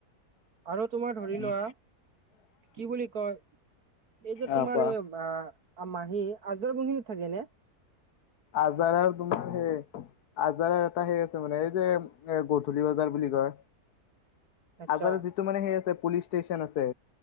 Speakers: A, on the right; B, on the left.
A: আৰু তোমাৰ ধৰি
B: উম
A: লোৱা কি বুলি কয় এই যে তোমাৰ
B: আহ কোৱা
A: এইটো আ মাহী। আজাৰ গোহিনীত থাকে নে?
B: আজাৰ আৰু তোমাৰ হে আজাৰৰ এটা সেই আছে মানে এই যে এ গধূলি বজাৰ বুলি কয়।
A: আচ্ছা
B: আজাৰৰ যিটো মানে সেই আছে পুলিচ ষ্টেচন আছে।